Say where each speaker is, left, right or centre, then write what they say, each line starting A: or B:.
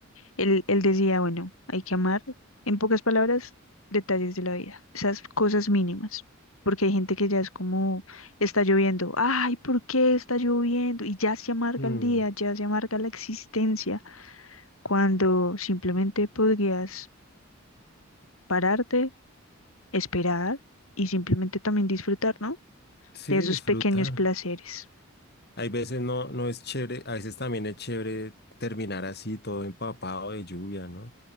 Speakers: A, on the left; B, on the left.
A: Él, él decía, bueno, hay que amar, en pocas palabras, detalles de la vida, esas cosas mínimas. Porque hay gente que ya es como, está lloviendo, ay, ¿por qué está lloviendo? Y ya se amarga
B: Mm,
A: el día, ya se amarga la existencia, cuando simplemente podrías pararte, esperar y simplemente también disfrutar, ¿no?
B: Sí,
A: De esos
B: disfrutar.
A: pequeños placeres.
B: Hay veces no, no es chévere, a veces también es chévere terminar así, todo empapado de lluvia, ¿no?